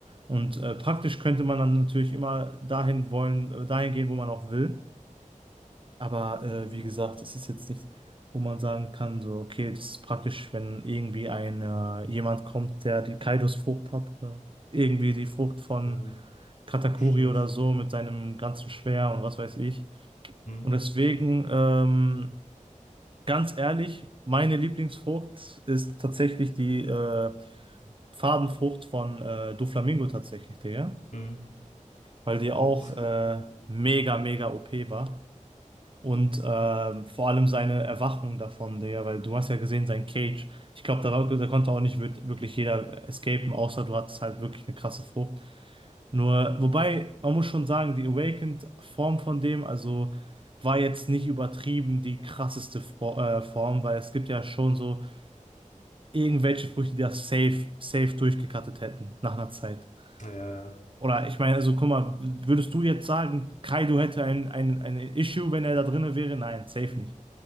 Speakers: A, on the right; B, on the left.
A: Und äh, praktisch könnte man dann natürlich immer dahin wollen, äh, dahin gehen, wo man auch will. Aber äh, wie gesagt, es ist jetzt nicht, wo man sagen kann, so, okay, das ist praktisch, wenn irgendwie ein, äh, jemand kommt, der die Kaidos-Frucht hat oder irgendwie die Frucht von
B: Ja,
A: Katakuri
B: stimmt.
A: oder so mit seinem ganzen Schwert und was weiß ich.
B: Hm,
A: Und deswegen, ähm, ganz ehrlich, meine Lieblingsfrucht ist tatsächlich die äh, Farbenfrucht von äh, Doflamingo tatsächlich, Digga.
B: hm.
A: Weil die auch
B: Ja, die ist
A: äh,
B: gut.
A: mega, mega OP war. Und ähm, vor allem seine Erwachung davon, Digga, weil du hast ja gesehen, sein Cage. Ich glaube, da, war- da konnte auch nicht wir- wirklich jeder escapen, außer du hattest halt wirklich eine krasse Frucht. Nur, wobei, man muss schon sagen, die Awakened-Form von dem, also war jetzt nicht übertrieben die krasseste Fro- äh, Form, weil es gibt ja schon so irgendwelche Früchte, die das safe, safe durchgekattet hätten nach einer Zeit.
B: Ja,
A: Oder ich meine, also guck mal, würdest du jetzt sagen, Kaido hätte ein, ein, ein Issue, wenn er da drinne wäre? Nein, safe nicht.